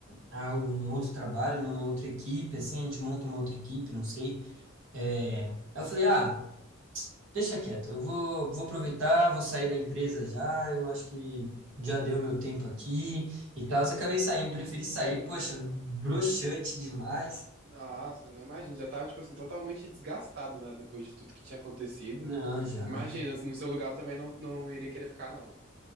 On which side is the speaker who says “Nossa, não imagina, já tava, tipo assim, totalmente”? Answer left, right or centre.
Right